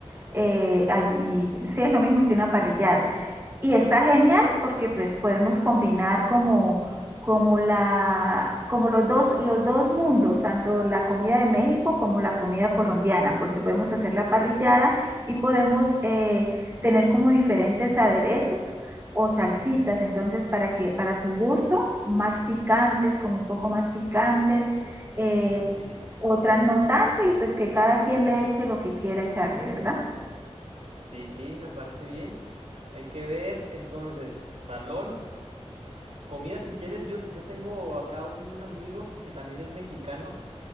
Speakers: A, on the right (about 20°); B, on the right (about 80°).
A: eh, allí- sí es lo mismo que una parrillada. Y
B: <laughs>
A: está genial porque pues podemos combinar como, como la, como los dos, los dos mundos, tanto la comida de México como la comida colombiana, porque podemos hacer la parrillada y podemos eh, tener como diferentes aderezos o salsitas, entonces para que para tu gusto, más picantes, como un poco más picantes, eh,
B: Ujú, <laughs> Sí.
A: otras no tanto y pues que cada quien le eche lo que quiera echarle, ¿verdad?
B: Sí, sí, me parece bien. Hay que ver, entonces, salón, comida, si quieres, yo, yo tengo acá un amigo que también es mexicano,